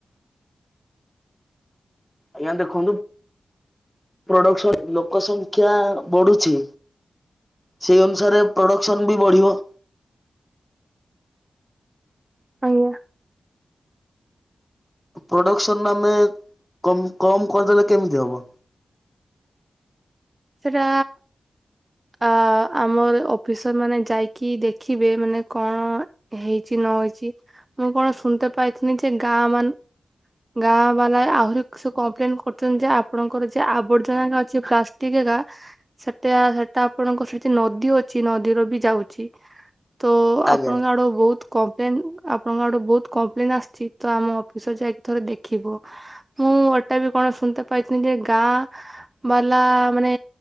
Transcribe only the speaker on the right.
ଆଜ୍ଞା।
ସେଟା ଆ ଆମର ଅଫିସର ମାନେ ଯାଇକି ଦେଖିବେ ମାନେ କଣ ହେଇଛି ନ ହୋଇଛି। ମୁଁ କଣ ଶୁଣିତେ ପାଇଥିନି ଯେ ଗାଁ ମାନ ଗାଁ ବାଲା ଆହୁରି ସେ କମ୍ପ୍ଲେନ କରୁଛନ୍ତି ଯେ ଆପଣଙ୍କର ଯ ଆବର୍ଜନା ଅଛି ପ୍ଲା <unintelligible> ସେଟା ହେଟା ଆପଣଙ୍କ ସେଠି ନଦୀ ଅଛି ନଦୀର ବି ଯାଉଛି। ତ
ଆପଣଙ୍କ ଆଡ଼ୁ ବହୁତ୍ କପ୍ଲେନ୍ ଆପଣଙ୍କ ଆଡ଼ୁ ବୋହୁତ୍ କପ୍ଲେନ୍ ଆସୁଚି ତ ଆମ ଅଫିସର ଯାଇକି ଥରେ ଦେଖିବ। ମୁଁ ମୁଁ ଏଟା ବି କଣ ଶୁଣିତେ ପାଇଥିନି ଯେ ଗାଁ ବାଲା ମାନେ